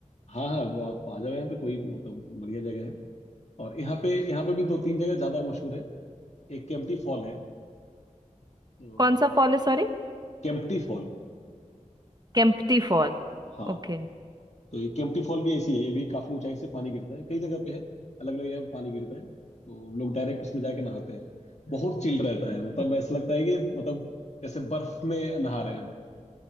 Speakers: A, on the left; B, on the right.
A: हाँ हाँ वो आप आ जाओ यहाँ पे कोई मतलब बढ़िया जगह है और यहाँ पे यहाँ पे भी दो तीन जगह ज्यादा मशहूर है एक केम्प्टी फॉल है तो
B: कौन सा फॉल है sorry
A: केम्प्टी फॉल
B: Kempty fall
A: हाँ
B: Okay
A: तो ये केम्प्टी फॉल भी ऐसी है ये भी काफी ऊंचाई से पानी गिरता है कई जगह पे है अलग अलग जगह पे पानी गिरता है तो लोग डायरेक्ट उसमें जाके नहाते हैं बहुत चिल्ड रहता है
B: Okay
A: मतलब ऐसा लगता है कि मतलब जैसे बर्फ में नहा रहे हैं